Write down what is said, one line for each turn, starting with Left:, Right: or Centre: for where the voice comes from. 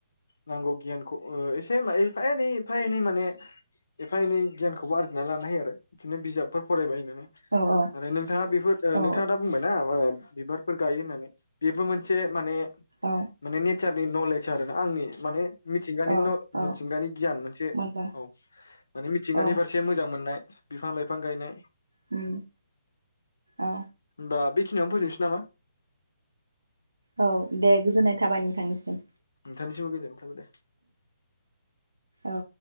Left: नांगौ गियानखौ एसे एफा एनै एफा एनै माने एफा एनै गियानखौबो आरजिनानै लानो हायो आरो बिदिनो बिजाबफोर फरायबायनो
Right: ओ औ
Left: आरो नोंथाङा बेफोर
Right: औ
Left: नोंथाङा दा बुंबायना। बिबार फोर गायो होननानै बेबो मोनसे माने
Right: औ
Left: माने टिचार नि नलेज आरो ना आंनि माने मिथिंगानि
Right: औ
Left: न
Right: औ
Left: मिथिंगानि गियान मोनसे
Right: मोनदों
Left: औ माने मिथिंगानि
Right: औ
Left: फारसे मोजां मोननाय बिफां लाइफां गायनाय
Right: उम औ
Left: दा बि बिखियावनो फोजोबसै नामा?
Right: औ दे गोजोननाय थाबाय नोंथांनिसिम।
Left: नोंथांनिनसिबो गोजोननाय थाबाय दे
Right: औ